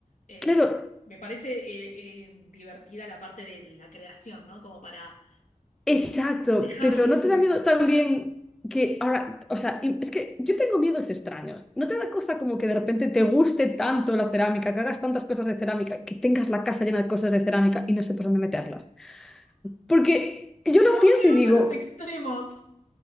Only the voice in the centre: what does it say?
claro,
exacto,
pero ¿no
te da miedo también que ahora, o sea, y- es que yo tengo miedos extraños, ¿no te da cosa como que de repente te guste tanto la cerámica, que hagas tantas cosas de cerámica, que tengas la casa llena de cosas de cerámica y no sepas dónde meterlas? Porque yo lo
pienso
y digo,